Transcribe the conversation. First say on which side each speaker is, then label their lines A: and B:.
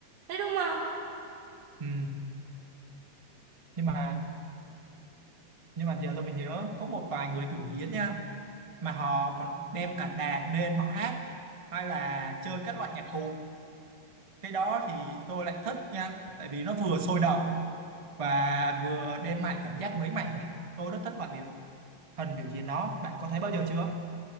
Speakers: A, on the right; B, on the right.
A: Thấy đúng không?
B: ừ. nhưng mà nhưng mà giờ tôi mới nhớ có một vài người biểu diễn nha mà họ còn đem cả đàn lên họ hát hay là chơi các loại nhạc cụ cái đó thì tôi lại thích nha tại vì nó vừa sôi động và vừa đem lại cảm giác mới mẻ tôi rất thích loại biểu hình biểu diễn đó bạn có thấy bao giờ chưa